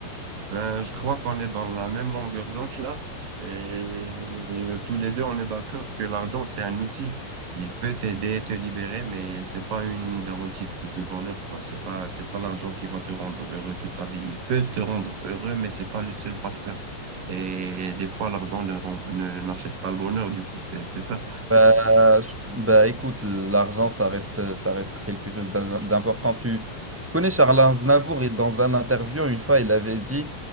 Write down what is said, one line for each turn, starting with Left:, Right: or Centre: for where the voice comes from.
Right: Ben, je crois qu'on est dans la même longueur d'onde là. Et, et tous les deux, on est d'accord que l'argent, c'est un outil. Il peut t'aider, te libérer, mais c'est pas une garantie de, de bonheur, quoi. C'est pas, c'est pas l'argent qui va te rendre heureux toute ta vie. Il peut te rendre heureux, mais c'est pas le seul facteur. Et des fois, l'argent ne, rend- ne- ne- n'achète pas le bonheur, du coup, c'est, c'est ça.
Centre: Bah, je- bah, écoute, l'argent ça reste ça reste quelque chose d'in- d'important. Tu tu connais Charles Aznavour et dans un interview une fois il avait dit,